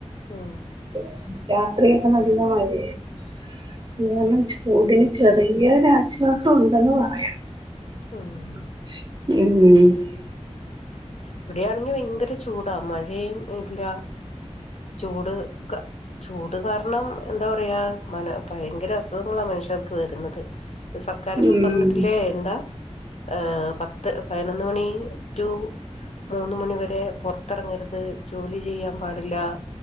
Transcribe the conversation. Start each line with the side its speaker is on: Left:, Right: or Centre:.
Left: ഉം
Right: <unintelligible> രാത്രിയൊക്കെ
Left: ഉം
Right: നല്ല മഴേ <unintelligible>
Left: ഉം
Right: ചൂടിന് ചെ ചെറിയൊരാശ്വാസം ഉണ്ടെന്ന് പറയാം.
Left: ഉം
Right: ഉം
Left: ഇവിടെയാണെങ്കി ഭയങ്കര ചൂടാ മഴയും ഇല്ല ചൂട് ക ചൂട് കാരണം എന്താ പറയാ മന ഭയങ്കര അസുഖങ്ങളാ മനുഷ്യർക്ക് വരുന്നത്. സർക്കാര് ഇപ്പോ
Right: ഉം
Left: പറഞ്ഞിട്ടില്ലേ എന്താ? ഏഹ് പത്ത് പയിനൊന്ന് മണി ടു മൂന്ന് മണിവരെ പൊറത്തറങ്ങര് ത് ജോലി ചെയ്യാൻ പാടില്ല